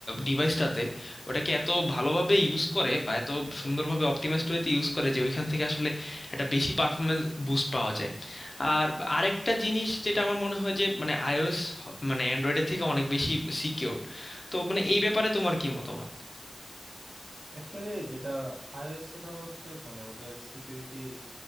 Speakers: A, on the left; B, on the right.
A: ডিভাইসটাতে ওটাকে এত ভালোভাবে ইউজ করে বা এত সুন্দরভাবে অপটিমাইজড ওয়েতে ইউজ করে যে ওইখান থেকে আসলে একটা বেশি পারফরমেন্স বুস্ট পাওয়া যায় আর আরেকটা জিনিস যেটা আমার মনে হয় যে মানে আইওএস মানে অ্যান্ড্রয়েডের থেকে অনেক বেশি সিকিউর তো মানে এই ব্যাপারে তোমার কি মতামত
B: অ্যাকচুয়ালি যেটা আইওএস এ ধরো হচ্ছে মানে ওদের সিকিউরিটির